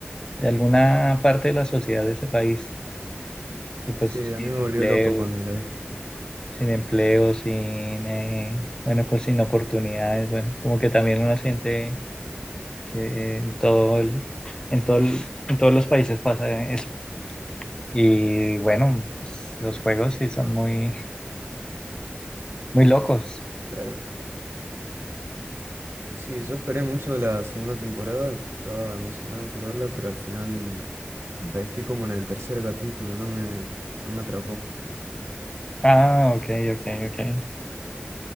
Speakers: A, on the left; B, on the right.
A: de alguna parte de la sociedad de ese país, que pues
B: Sí, a
A: sin
B: mí me volvió
A: empleo,
B: loco cuando la vi,
A: sin empleo, sin, eh, bueno, pues sin oportunidades, bueno, como que también uno siente que en todo el- en todo el- en todos los países pasa eso. Y bueno, pues los juegos sí son muy, muy locos.
B: claro. Sí, yo esperé mucho la segunda temporada, estaba emocionado por verla, pero al final la dejé como en el tercer capítulo, no me, no me atrapó.
A: Ah, ok, ok, ok.